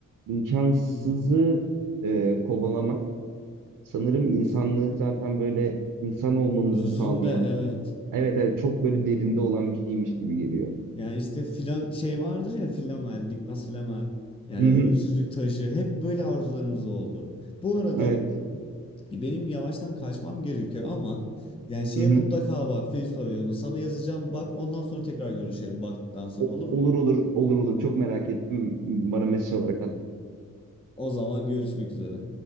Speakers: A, on the right; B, on the left.
A: imkansızı
B: Hı hı.
A: e, kovalamak sanırım insanlığı zaten böyle insan olmamızı
B: Özünde
A: sağlayan
B: evet.
A: evet evet çok böyle derinde olan bir şeymiş gibi geliyor.
B: Yani işte filan şey vardır ya Flamel, Niklas Flamel. Yani
A: Hı hı.
B: ölümsüzlük taşı hep böyle arzularımız oldu. Bu arada
A: Evet.
B: e, benim yavaştan kaçmam gerekiyor ama yani şeye
A: Hı hı.
B: mutlaka bak Feliz Pavilion'u sana yazacağım bak ondan sonra tekrar görüşelim baktıktan sonra
A: O-
B: olur
A: olur
B: mu?
A: olur olur olur çok merak ettim. Bana mesaj olarak at.
B: O zaman görüşmek üzere.